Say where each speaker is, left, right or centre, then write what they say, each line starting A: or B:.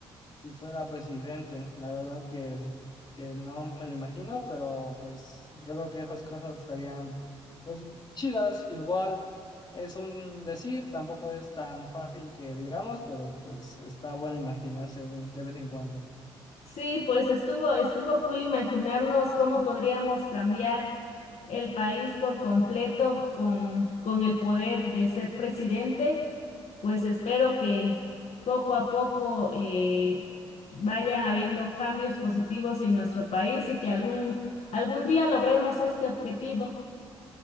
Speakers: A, on the left (about 35°); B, on the left (about 60°).
A: si fuera presidente. La verdad que, que no me lo imagino, pero pues yo creo que esas cosas estarían pues chidas. Igual es un decir, tampoco es tan fácil que digamos, pero pues está bueno imaginarse un, de vez en cuando.
B: Sí, pues estuvo, estuvo cool imaginarnos cómo podríamos cambiar el país por completo con, con el poder de ser presidente. Pues espero que poco a poco eh, vaya habiendo cambios positivos en nuestro país y que algún, algún día logremos este objetivo.